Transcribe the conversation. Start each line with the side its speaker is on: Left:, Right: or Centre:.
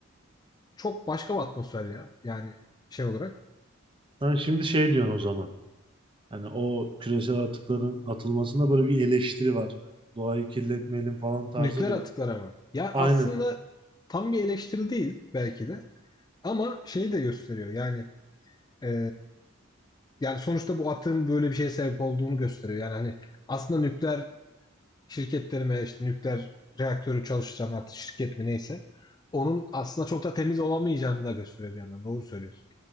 Left: çok başka bir atmosfer ya yani şey olarak
Right: Ben şimdi şey diyorsun o zaman. Yani o küresel atıkların atılmasında böyle bir eleştiri var. Doğayı kirletmeyelim falan tarzı
Left: nükleer
Right: bir.
Left: atıklar ama ya
Right: Aynen.
Left: aslında tam bir eleştiri değil belki de ama şeyi de gösteriyor yani e, yani sonuçta bu atığın böyle bir şeye sebep olduğunu gösteriyor yani hani aslında nükleer şirketlerime işte nükleer reaktörü çalıştıran artık şirket mi neyse onun aslında çok da temiz olamayacağını da gösteriyor bir yandan. Doğru söylüyorsun.